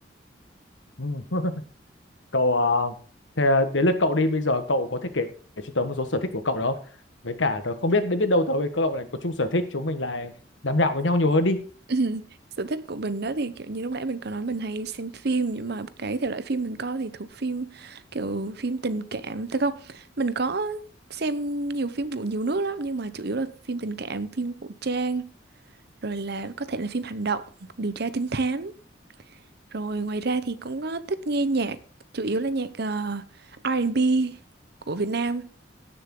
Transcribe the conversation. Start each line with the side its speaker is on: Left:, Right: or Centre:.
Left: Ừ. cậu à, thế à, đến lượt cậu đi bây giờ cậu có thể kể, kể cho tớ một số sở thích của cậu được không với cả tớ không biết biết đâu tớ với cậu lại có chung sở thích chúng mình lại đàm đạo với nhau nhiều hơn đi
Right: <laughs> Ừm, sở thích của mình đó thì kiểu như lúc nãy mình có nói mình hay xem phim nhưng mà cái thể loại phim mình coi thì thuộc phim kiểu phim tình cảm thế không mình có xem nhiều phim của nhiều nước lắm nhưng mà chủ yếu là phim tình cảm phim cổ trang rồi là có thể là phim hành động điều tra trinh thám rồi ngoài ra thì cũng có thích nghe nhạc chủ yếu là nhạc ờ, R&B của Việt Nam